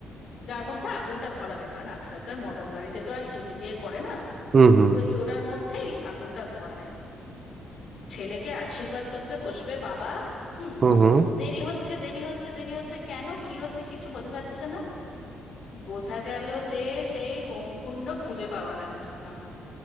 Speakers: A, on the left; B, on the right.
A: যার মধ্যে আগুনটা ধরাবে কারণ আজকালকার মডার্ন বাড়িতে তো আর ইঁট দিয়ে করে না
B: হুম হুম
A: ওই ওটার মধ্যেই আগুনটা ধরায় ছেলেকে আশীর্বাদ করতে বসবে বাবা হুম
B: হুম হুম
A: দেরি হচ্ছে দেরি হচ্ছে দেরি হচ্ছে কেন কি হচ্ছে কিছু বোঝা যাচ্ছে না বোঝা গেল যে সেই হোমকুণ্ড খুঁজে পাওয়া যাচ্ছে না